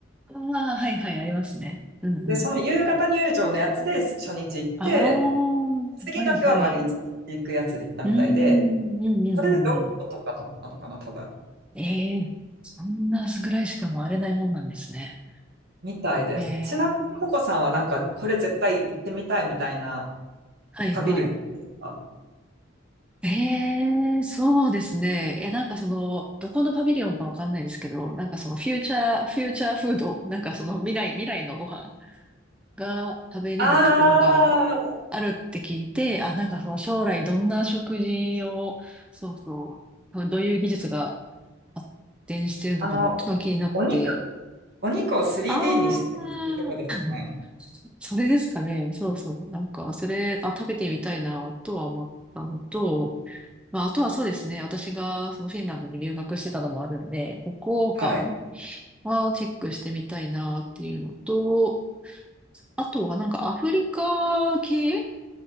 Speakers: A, in the centre; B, on the right.
A: ああ、はいはい、ありますね。うんうん。
B: で、その夕方入場のやつで初日行って、
A: ああ、
B: 次の日は丸一日行くやつで行ったみたいで、
A: はいはい。うん、うんうんうんうん。
B: それで6個とかだったのかな、多分。
A: ええそんなぐらいしか回れないもんなんですね。
B: みたいです。
A: ええ
B: ちなみに、ココさんはなんか、これ絶対行ってみたいみたいな
A: はいはい。
B: パビリオンですか
A: ええ、そうですね。え、なんかその、どこのパビリオンかわかんないですけど、なんかそのフューチャー、フューチャーフード、なんかその未来、未来のご飯が食べれるところがあるって聞いて、
B: ああー、
A: あ、なんかその将来どんな食事を、そうそう、どういう技術が発展してるのかなってのが気になって、
B: あの、お肉、お肉を 3D
A: ああ、
B: にしてるとこですかね。
A: <laughs> それですかね。そうそう。なんか、それ、あ、食べてみたいなとは思ったのと、まあ、あとはそうですね。私がそのフィンランドに留学してたのもあるんで、北欧館
B: はい。
A: はチェックしてみたいなっていうのと、あとはなんかアフリカ系、